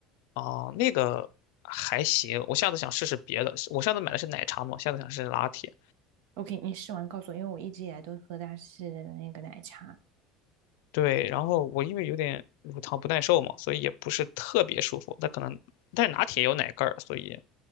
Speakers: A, on the left (about 75°); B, on the right (about 75°).
A: 啊、那个还行，我下次想试试别的。我上次买的是奶茶嘛，下次想试试拿铁。
B: ，OK，你试完告诉我，因为我一直以来都喝的是那个奶茶，
A: 对，然后我因为有点乳糖不耐受嘛，所以也不是特别舒服。那可能，但是拿铁有奶盖儿，所以